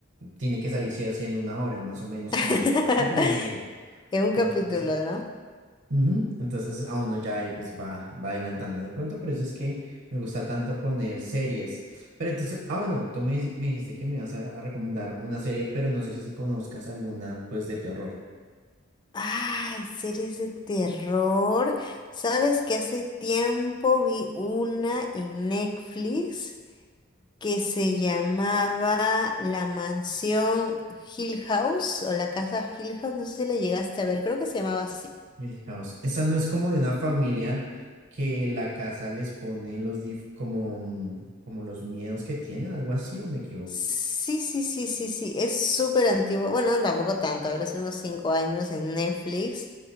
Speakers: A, on the right; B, on the left.
A: tiene que salir sí haciendo una hora, en más o menos
B: <laughs>
A: como capítulo y medio.
B: Es un capítulo,
A: Entonces,
B: ¿no?
A: ujú, entonces a uno ya ahí pues va, va adelantando de pronto, por eso es que me gusta tanto poner series. Pero entonces, ah bueno, tú me, dici- me dijiste que me ibas a, a recomendar una serie, pero no sé si conozcas alguna pues de terror.
B: Ay, series de terror. ¿Sabes que hace tiempo vi una en Netflix? que se llamaba La Mansión Hill House o la Casa Hill House, no sé si la llegaste a ver, creo que se llamaba así.
A: Y el caos. Esa no es como de una familia que la casa les pone los dif- como, mm, como los miedos que tienen, algo así, o me equivoco.
B: Sí, sí, sí, sí, sí, es súper antiguo. Bueno, no, tampoco tanto, habrá sido unos cinco años en Netflix.